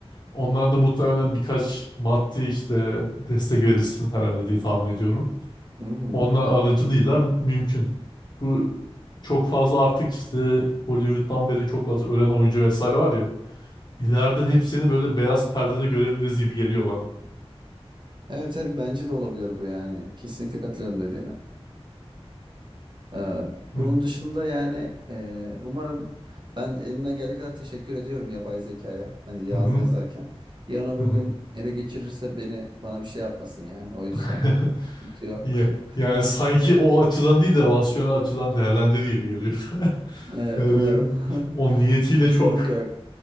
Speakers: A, on the left; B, on the right.
A: Onlar da muhtemelen birkaç maddi işte destek verirsin herhalde diye tahmin ediyorum.
B: Mhm.
A: Onlar aracılığıyla mümkün. Bu çok fazla artık işte Hollywood'dan beri çok fazla ölen oyuncu vesaire var ya. İleride hepsini böyle beyaz perdede görebiliriz gibi geliyor bana.
B: Evet evet bence de olabilir bu yani. Kesinlikle katılıyorum dediğine. Ee,
A: Hı
B: bunun dışında yani e, umarım ben elimden geldiği kadar teşekkür ediyorum yapay zekaya. Hani yaz,
A: hı hı.
B: yazarken. Yarın öbür
A: hı hı.
B: gün ele geçirirse beni bana bir şey yapmasın yani o yüzden.
A: <laughs>
B: Sıkıntı Yok.
A: Ya-
B: <laughs>
A: Yani sanki o açıdan değil de rasyonel açıdan değerlendir gibi geliyor. <laughs>
B: Ee,
A: Yani
B: umarım.
A: o niyetiyle
B: <laughs>
A: çok
B: Yok yok.